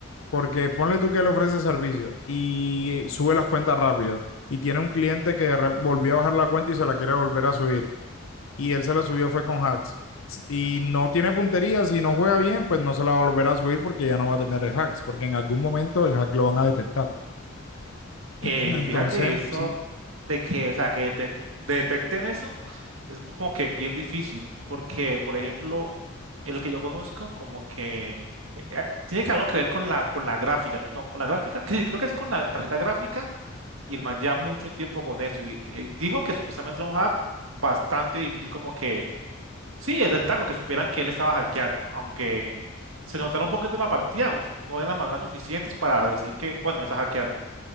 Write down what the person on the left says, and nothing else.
porque ponle tú que él ofrece servicio y sube las cuentas rápido y tiene un cliente que de re- volvió a bajar la cuenta y se la quiere volver a subir y él se la subió fue con hacks y no tiene puntería, si no juega bien, pues no se la volverá a subir porque ya no va a tener el hacks, porque en algún momento el hack lo van a detectar.
<clears throat> Entonces,
sí.